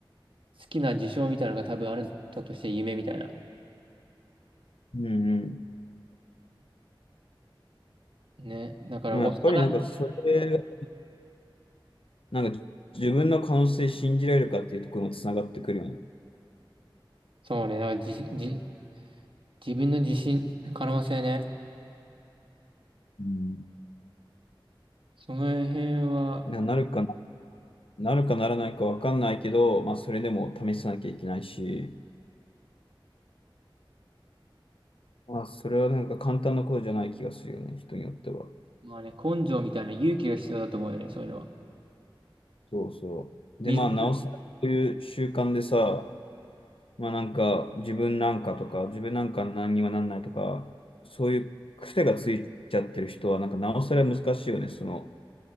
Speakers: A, on the right (about 70°); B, on the left (about 85°).
A: 好きな事象みたいなのが多分あるんだとして夢みたいな。
B: うん
A: ね。だから、
B: うん。
A: 幼い、
B: やっぱりなんかそれが、なんか自分の可能性信じられるかっていうところもつながってくるよね。
A: そうね。だからじ、じ、自分の自信、可能性ね。
B: うん。
A: その辺は、
B: な、なるかな、なるかならないかわかんないけど、まあそれでも試さなきゃいけないし、まあそれはなんか簡単なことじゃない気がするよね、人によっては。
A: まあね、根性みたいな勇気が必要だと思うよね、そういうのは。
B: そうそう。で、
A: 自
B: まあなおさらこういう習慣でさ、まあなんか、自分なんかとか、自分なんか何にもなんないとか、そういう癖がついちゃってる人は、なんかなおさら難しいよね。その、